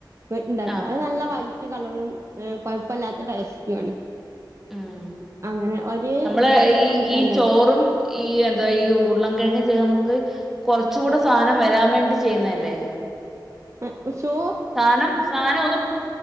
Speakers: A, on the right (about 40°); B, in the centre.
A: <unintelligible> ട്ടുണ്ടാക്ക
B: ആഹ്
A: അത് നല്ല വൈറ്റ് കളറും എഹ് കുഴപ്പല്ലാത്ത ടേസ്റ്റുവാണ്.
B: ഉം
A: അങ്ങനെ ഒരേ
B: നമ്മള്
A: കൊഴുപ്പ്
B: ഈ
A: കിട്ടാനാണ്.
B: ഈ ചോറും ഈ എന്താ ഈ ഉരുളം കെഴങ്ങു ചെയ്ത നമുക്ക് കുറച്ചൂടെ സാധനം വരാൻ വേണ്ടി ചെയ്യുന്നേല്ലേ?
A: ഉം ഉശോ
B: സാനം സാനൊന്നും